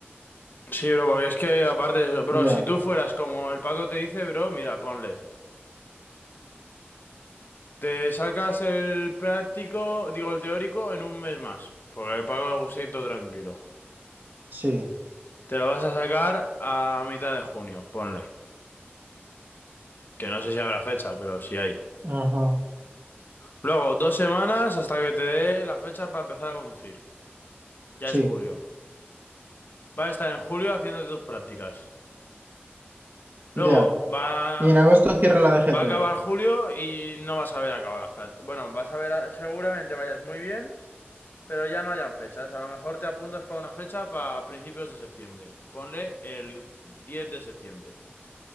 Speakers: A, on the left; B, on the right.
A: Sí, bro, porque es que aparte, bro,
B: ya,
A: si tú fueras como el Paco te dice, bro, mira, ponle. Te sacas el práctico, digo el teórico, en un mes más. Porque el Paco le gusta ir todo tranquilo.
B: sí,
A: Te lo vas a sacar a mitad de junio, ponle. Que no sé si habrá fecha, pero si hay.
B: ajá,
A: Luego, dos semanas hasta que te dé la fecha para empezar a conducir. Ya
B: sí,
A: es julio. Va a estar en julio haciéndote tus prácticas. Luego,
B: ya.
A: va,
B: Y en agosto cierra la DGT,
A: va a acabar julio y no vas a ver acabado las prácticas. Bueno, vas a ver, seguramente vayas muy bien, pero ya no hayan fechas. A lo mejor te apuntas para una fecha para principios de septiembre. Ponle el 10 de septiembre.